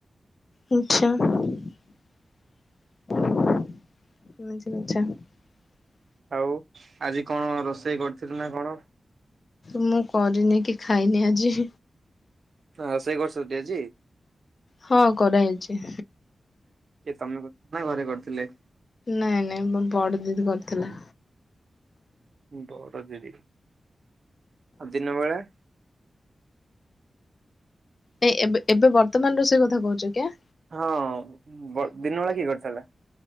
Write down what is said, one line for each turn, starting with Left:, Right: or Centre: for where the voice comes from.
Left: ଆଚ୍ଛା <inaudible>
Right: ଆଉ ଆଜି କଣ ରୋଷେଇ କରିଥିଲୁ ନା କଣ?
Left: ମୁଁ କରିନି କି ଖାଇନି ଆଜି।
Right: ହଁ ରୋଷେଇ କରିସୁଟି ଆଜି?
Left: ହଁ କରାହେଇଛି।
Right: କି ତମେକରିଥିଲ ନାଁ ଘରେ କରିଥିଲେ?
Left: ନାଇଁ ନାଇଁ ବଡ ଦିଦି ମ କରିଥିଲା।
Right: ବଡ ଦିଦି, ଆଉ ଦିନ ବେଳା?
Left: ନାଇଁ ଏବେ ଏବେ ବର୍ତ୍ତମାନ ରୋଷେଇ କଥା କହୁଛ କିଆ
Right: ହଁ ଵ ଦିନ ବେଳେ କିଏ କରିଥିଲା?